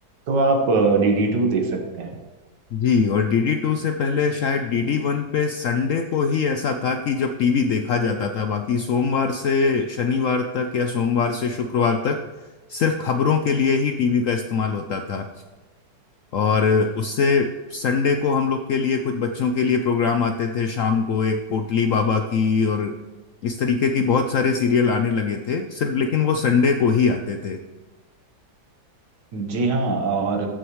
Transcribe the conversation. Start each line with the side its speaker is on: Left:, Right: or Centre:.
Right: तो आप डीडी टू देख सकते हैं
Left: जी और डीडी टू से पहले शायद डीडी वन पे संडे को ही ऐसा था कि जब टीवी देखा जाता था बाकी सोमवार से शनिवार तक या सोमवार से शुक्रवार तक सिर्फ खबरों के लिए ही टीवी का इस्तेमाल होता था और उससे संडे को हम लोग के लिए कुछ बच्चों के लिए प्रोग्राम आते थे शाम को एक पोटली बाबा की और इस तरीके की बहुत सारे सीरियल आने लगे थे सिर्फ लेकिन वो संडे को ही आते थे
Right: जी हाँ और